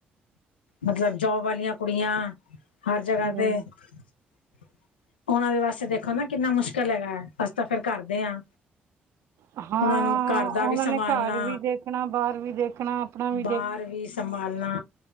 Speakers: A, on the left; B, on the right.
A: ਮਤਲਬ ਜੋਬ ਵਾਲੀਆਂ ਕੁੜੀਆਂ, ਹਰ ਜਗ੍ਹਾ
B: ਹਮ
A: ਤੇ <unintelligible> ਉਹਨਾਂ ਦੇ ਵਾਸਤੇ ਦੇਖੋ ਨਾ ਕਿੰਨਾ ਮੁਸ਼ਕਿਲ ਹੈਗਾ ਐ, ਅਸੀ ਤਾਂ ਫੇਰ ਕਰਦੇ ਆਂ।
B: ਹਾਂ
A: ਉਹਨਾਂ ਨੂੰ ਘਰ ਦਾ ਵੀ
B: ਉਹਨਾਂ
A: ਸੰਭਾਲਣਾ,
B: ਨੇ ਘਰ ਵੀ ਦੇਖਣਾ ਬਾਹਰ ਵੀ ਦੇਖਣਾ ਆਪਣਾ ਵੀ
A: ਬਾਹਰ ਵੀ ਸੰਭਾਲਣਾ